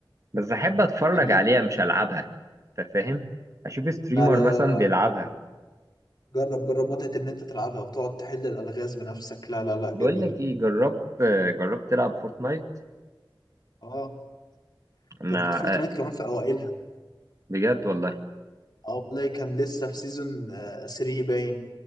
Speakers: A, on the right; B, on the left.
A: بس احب اتفرج
B: جميل
A: عليها مش العبها انت فاهم اشوف ستريمر
B: لا لا
A: مثلا
B: لا لا
A: بيلعبها
B: جرب جرب متعه ان انت تلعبها وتقعد تحل الالغاز بنفسك لا لا لا
A: بقول
B: جميله
A: لك ايه جربت آه، جربت تلعب فورتنايت
B: اه
A: انا
B: جربت فورتنايت
A: آه
B: كمان في اوائلها
A: بجد والله
B: اه والله كان لسه في سيزون 3 باين